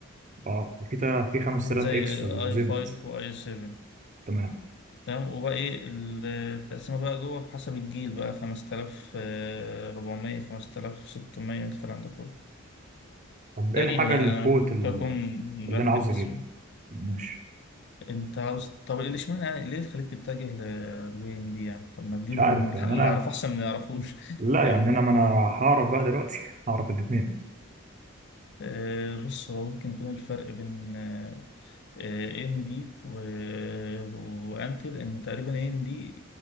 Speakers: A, on the right (about 35°); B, on the left (about 55°).
A: اه في تا- في 5000
B: زي
A: اكس وزد
B: اي 5 واي 7
A: تمام
B: تمام وبقى ايه التقسيمه بقى جوه بحسب الجيل بقى 5400 5600 الكلام ده كله
A: طب
B: تقريبا
A: إيه الحاجة
B: يعني
A: اللي
B: أنا
A: في قوة
B: ممكن
A: ال-
B: اكون
A: اللي
B: بهبد
A: أنا عاوز
B: بس
A: أجيبه مش
B: انت عاوز طب اللي اشمعنى يعني ليه اللي خليك تتجه ل ام دي يعني طب ما تجيب
A: مش عارف
B: من
A: يعني
B: اللي
A: أنا
B: اعرفه احسن من اللي ما يعرفوش
A: لا
B: <laughs>
A: يعني أنا ما أنا هعرف بقى دلوقتي <laughs> هعرف الاتنين
B: آه، بص هو ممكن يكون الفرق بين ام دي وانتل ان تقريبا ام دي